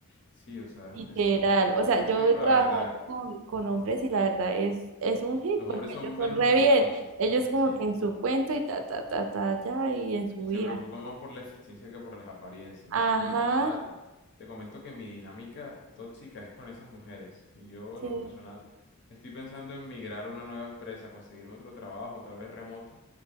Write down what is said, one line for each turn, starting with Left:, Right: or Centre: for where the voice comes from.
Left: Sí, o sea, es
Right: Literal.
Left: un desastre.
Right: O sea, yo
Left: Yo te digo
Right: he trabajado
Left: la verdad,
Right: con, con hombres y la verdad es, es un hit
Left: los hombres
Right: porque
Left: son
Right: ellos
Left: menos
Right: son re
Left: minuciosos.
Right: bien. Ellos como
Left: Sí,
Right: que en su cuento y ta, ta, ta, ta, ya, y en su
Left: Se
Right: vida.
Left: preocupa más por la eficiencia que por las apariencias.
Right: Ajá.
Left: Yo como tal, te comento que mi dinámica tóxica es con esas mujeres. Y yo
Right: Sí,
Left: en lo personal estoy pensando en migrar a una nueva empresa, conseguirme otro trabajo, tal vez remoto,